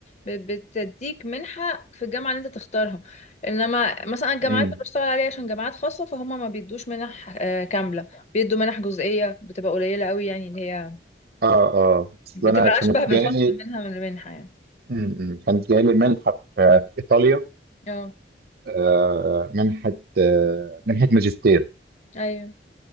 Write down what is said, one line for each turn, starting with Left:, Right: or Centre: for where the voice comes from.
Left: بت- بتديك منحة في الجامعة اللي انت تختارها انما مثلا الجامعات
Right: امم
Left: اللي بشتغل عليها عشان جامعات خاصة فهم ما بيدوش منح آه، كاملة بيدوا منح جزئية بتبقى قليلة قوي يعني اللي هي
Right: اه اه اصل
Left: بتبقى
Right: انا كانت
Left: اشبه بالخصم
Right: جالي
Left: منها من المنحة يعني
Right: امم كانت جالي منحه في في ايطاليا
Left: اه
Right: آه، منحه آه، منحه ماجستير
Left: ايوه